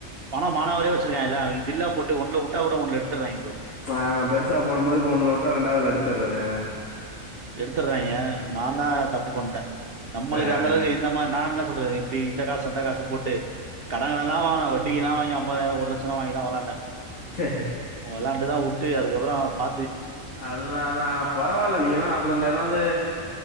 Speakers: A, on the right (about 50°); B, on the left (about 70°).
A: பணோ மானாவாரியா வெச்சிருக்காயிங்கால்லா அவிங்க தில்லா போட் ஒன்ல வுட்டா கூட ஒன்ல எடுத்துறாய்ங்க ப்ரோ
B: ஆ பெருசா போடும் போது இப்ப ஒன்ல விட்டா ரெண்டாவதுல எடுத்துட்றது
A: எடுத்துறாய்ங்க நா தா தப்பு பண்ட்டே நம்மளுக்கு
B: ஆ
A: அந்த அளவுக்கு இந்த மாரி நா என்ன சொல்றது இப்டி இந்த காசு அந்த காச போட்டு கட கார ல்லா வட்டியல்லா வாங்கி அம்பதாயிரோ ஒரு லட்சோலா வாங்கி தா வெளாண்டே
B: சே
A: அவங்க எல்லா அப்டி தா வுட்டு அதுக்கப்புறோ பா
B: அதுதா அதா ஆனா பரவாயில்ல நீங்களா நா இப்ப ரெண்டாயிரம் வந்து